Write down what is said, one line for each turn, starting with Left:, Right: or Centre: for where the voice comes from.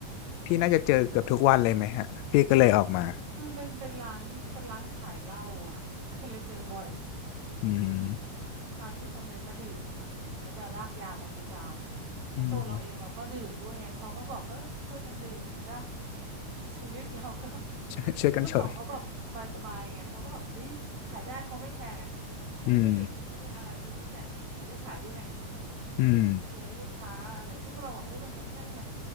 Left: พี่น่าจะเจอเกือบทุกวันเลยไหมฮะพี่ก็เลยออกมา
Right: คือเป็นเป็นร้านเป็นร้านขายเหล้าอะ <laughs> ก็เลยเจอบ่อย
Left: อืม
Right: ลูกค้าที่เขาเน้นมาดื่มอะค่ะมันก็จะลากยาวกันประจำแล้วตัวเราเองเราก็ดื่มด้วยไงเขาก็บอกเออช่วยกันดื่มจ้ะ
Left: อืม
Right: <laughs> ชีวิตเราก็ <laughs>
Left: <laughs> ช่วยช่วยกันชน
Right: เจ้าของเขาแบบสบายๆไงเขาก็แบบดีขายได้เขาไม่แคร์ไงเธอช่วยดื่มฉันก็ไม่อะไรเธอก็เนี่ยเธอได้ขายด้วยไง
Left: อืมอืม
Right: เหมือนเชียร์ให้ลูกค้าอะไรซึ่งเราบอกเฮ้ยมันไม่ใช่ไหม